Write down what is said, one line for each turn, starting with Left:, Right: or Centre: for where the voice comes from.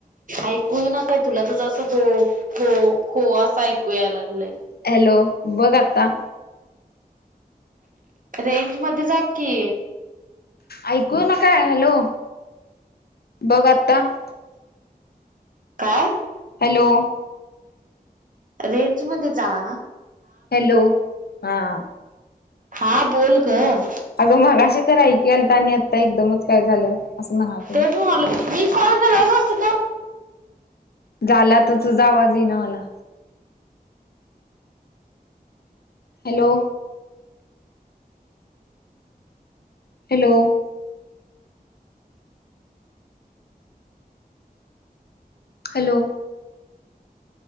Right: ऐकूं येईना कां तुंला तुझं असं हो हो हो अस ऐकु यांय लागलय
Left: हॅलो बघं आंता
Right: रेंज मध्ये जांकी
Left: ऐकूं यांयना कायं हॅलो बघं आंता की
Right: कायं
Left: हॅलो
Right: रेंज मध्यें जां
Left: हॅलो हां
Right: हां बोल गं
Left: अगं मगाशी तरं ऐक आलंय आणि आंता एकदाचं कायं झालं असं म्हणांय
Right: ते मी तुम्हांला कॉल केल्यां वरचं असतं कां
Left: झांला तरं तुझ्या आवांज येई नां मलां हॅलो हॅलो हॅलो